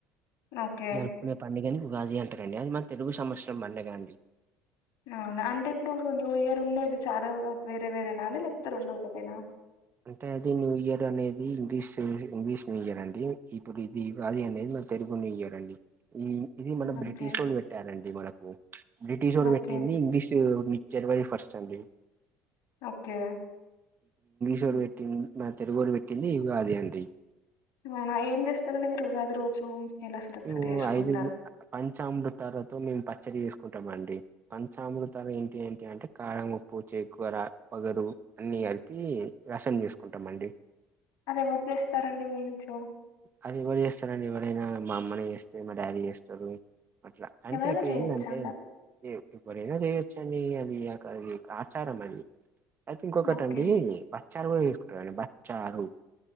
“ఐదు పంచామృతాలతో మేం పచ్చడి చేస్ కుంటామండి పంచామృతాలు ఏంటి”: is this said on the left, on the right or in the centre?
Right